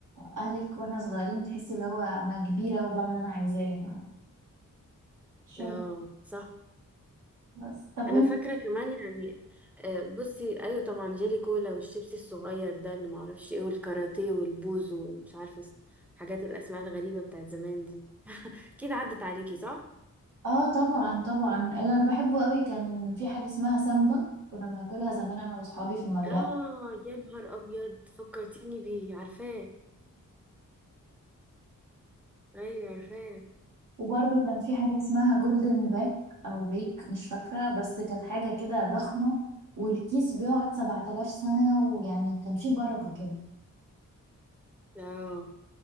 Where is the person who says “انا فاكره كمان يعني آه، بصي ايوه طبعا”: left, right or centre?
Centre